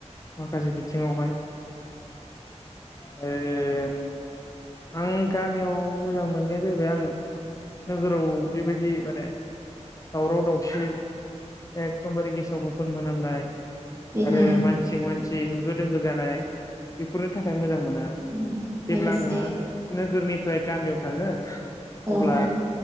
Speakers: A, on the left; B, on the right.
A: माखासे बिथिङावहाय <unintelligible> आं गामियाव मोजां मोननाया जाहैबाय आं नोगोराव बेबायदि माने दावराव दावसि एखदमबारे गेसाव गोफोन मोनामनाय
B: बेनो
A: आरो मानसिजों मान सि होंगो दोंगो जानाय बेफोरनि थाखाय मोजां मोना
B: <unintelligible>
A: जेब्ला
B: लोगोसे
A: आङो नोगोरनिफ्राय गामियाव थाङो
B: औ
A: अब्ला